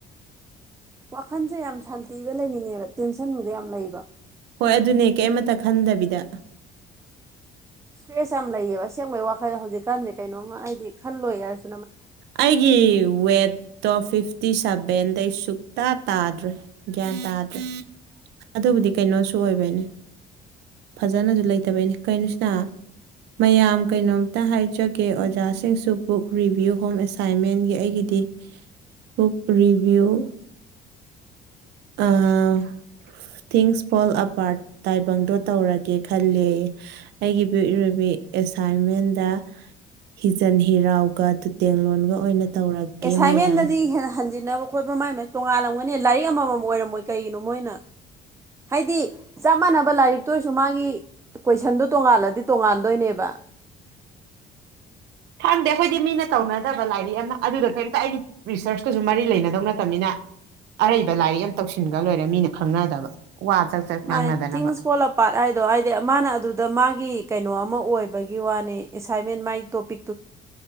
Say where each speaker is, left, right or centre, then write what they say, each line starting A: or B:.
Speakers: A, on the right (about 15°); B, on the right (about 80°).
A: ꯋꯥꯈꯟꯁꯦ ꯌꯥꯝ ꯁꯥꯟꯇꯤꯗ ꯂꯩꯅꯤꯡꯉꯦꯕ ꯇꯦꯟꯁꯟꯕꯨꯗꯤ ꯌꯥꯝ ꯂꯩꯕ
B: ꯍꯣꯏ ꯑꯗꯨꯅꯦ ꯀꯩꯃꯇ ꯈꯟꯗꯕꯤꯗ
A: ꯏꯁꯇ꯭ꯔꯦꯁ ꯌꯥꯝ ꯂꯩꯌꯦꯕ ꯑꯁꯦꯡꯕꯒꯤ ꯋꯥꯈꯜꯁ ꯍꯧꯖꯤꯛꯀꯥꯟꯁꯦ ꯀꯩꯅꯣꯝꯃ ꯍꯥꯏꯗꯤ ꯈꯜꯂꯣꯏ ꯍꯥꯏꯔꯁꯨ
B: ꯑꯩꯒꯤ ꯋꯦꯠꯇꯣ ꯐꯤꯐꯇꯤ ꯁꯚꯦꯟ ꯑꯗꯩ ꯁꯨꯛꯇ ꯇꯥꯗ꯭ꯔꯦ ꯒ꯭ꯌꯥꯟ ꯇꯥꯗ꯭ꯔꯦ ꯑꯗꯨꯕꯨꯗꯤ ꯀꯩꯅꯣꯁꯨ ꯑꯣꯏꯕꯩꯅꯦ ꯐꯖꯅꯁꯨ ꯂꯩꯇꯕꯩꯅꯦ ꯀꯩꯅꯣꯁꯤꯅ ꯃꯌꯥꯝ ꯀꯩꯅꯣꯝꯇ ꯍꯥꯏꯖꯒꯦ ꯑꯣꯖꯥꯁꯤꯡꯁꯨ ꯕꯨꯛ ꯔꯤꯚꯤꯌꯨ ꯍꯣꯝ ꯑꯦꯁꯥꯏꯟꯃꯦꯟꯒꯤ ꯑꯩꯒꯤꯗꯤ ꯕꯨꯛ ꯔꯤꯚꯤꯌꯨ ꯑꯥ ꯊꯤꯡꯁ ꯐꯣꯜ ꯑꯄꯥꯔꯠ ꯇꯥꯏꯕꯪꯗꯣ ꯇꯧꯔꯒꯦ ꯈꯜꯂꯦ ꯑꯩꯒꯤꯕꯨꯛꯔꯤꯕꯤ ꯑꯦꯁꯥꯏꯟꯃꯦꯟꯗ ꯍꯤꯖꯟ ꯍꯤꯔꯥꯎꯒ ꯇꯨꯇꯦꯡꯂꯣꯟꯒ ꯑꯣꯏꯅ ꯇꯧꯔꯒꯦ
A: ꯑꯦꯁꯥꯏꯟꯃꯦꯟꯗꯗꯤ
B: ꯃꯌꯥꯝ
A: ꯍꯦꯅꯍꯟ ꯈꯣꯠꯄ ꯃꯥꯏ ꯃꯥꯏ ꯇꯣꯉꯥꯜꯂꯝꯒꯅꯤ ꯂꯥꯏꯔꯤꯛ ꯑꯃꯃꯝ ꯑꯣꯏꯔꯝꯃꯣꯏ ꯀꯩꯒꯤꯅꯣ ꯃꯣꯏꯅ ꯍꯥꯏꯗꯤ ꯆꯞ ꯃꯥꯟꯅꯕ ꯂꯥꯏꯔꯤꯛꯇ ꯑꯣꯏꯔꯁꯨ ꯃꯥꯒꯤ ꯀꯣꯏꯁꯟꯗꯨ ꯇꯣꯉꯥꯜꯂꯗꯤ ꯇꯣꯡꯉꯥꯟꯗꯣꯏꯅꯦꯕ
B: ꯈꯪꯗꯦ ꯑꯈꯣꯏꯗꯤ ꯃꯤꯅ ꯇꯧꯅꯗꯦ ꯂꯥꯏꯔꯤꯛ ꯑꯃ ꯑꯗꯨꯗ ꯀꯔꯤꯝꯇ ꯑꯩꯒꯤ ꯔꯤꯁꯔꯁꯀꯁꯨ ꯃꯔꯤ ꯂꯩꯅꯗꯧ ꯅꯠꯇꯕꯅꯤꯅ ꯑꯔꯩꯕ ꯂꯥꯏꯔꯤꯛ ꯑꯃ ꯇꯧꯁꯤꯟꯒ꯭ꯔ ꯂꯣꯏꯔꯦ ꯃꯤꯅ ꯈꯪꯅꯗꯕ ꯋꯥ ꯆꯥꯛ ꯆꯥꯛ ꯉꯥꯡꯅꯗꯅꯕ
A: ꯃꯥꯅꯦ ꯊꯤꯡꯁ ꯐꯣꯜ ꯑꯄꯥꯠ ꯍꯥꯏꯗꯣ ꯍꯥꯏꯗꯤ ꯃꯥꯅ ꯑꯗꯨꯗ ꯃꯥꯒꯤ ꯀꯩꯅꯣ ꯃ ꯑꯣꯏꯕꯒꯤ ꯋꯥꯅꯤ ꯑꯦꯁꯥꯏꯟꯃꯦꯟ ꯃꯥꯏ ꯇꯣꯄꯤꯛ